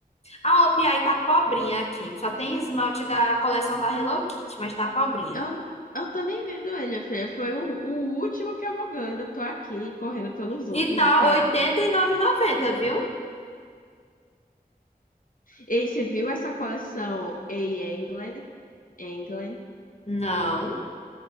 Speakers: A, on the left; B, on the left.
A: A OPI tá pobrinha aqui. Só tem esmalte da coleção da Hello Kitty, mas tá pobrinha.
B: Eu, eu tô nem vendo ele, minha filha. Foi o, o último que eu vou ver. Eu ainda tô aqui correndo pelos outros
A: E tá
B: e tá.
A: oitenta e nove e noventa, viu?
B: Ei, você viu essa coleção A England? England?
A: Não.